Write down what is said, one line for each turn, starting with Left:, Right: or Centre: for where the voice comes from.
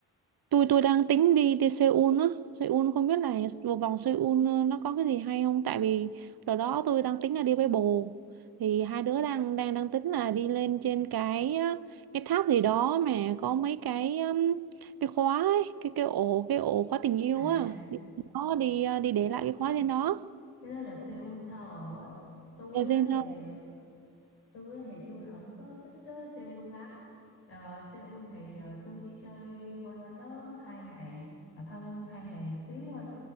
Right: Tôi tôi đang tính đi đi Seoul á. Seoul không biết là vào vòng Seoul ờ, nó có cái gì hay không tại vì đợt đó tôi đang tính là đi với bồ. Thì hai đứa đang đang đang tính là đi lên trên cái á, cái tháp gì đó mà có mấy cái um, cái khóa ấy, cái cái ổ cái ổ khóa tình yêu
Left: à à
Right: á. Đi, đó đi à, đi để lại cái khóa trên đó.
Left: cái đó là Seoul Tower á tôi
Right: Rồi
Left: á
Right: xem
Left: thì
Right: sao
Left: ờ, tôi á thì tôi không có thích ờ, Seoul lắm Ờ, Seoul thì ờ, tôi chỉ chơi quanh quanh đó hai ngày hoặc hơn hai ngày một xíu thôi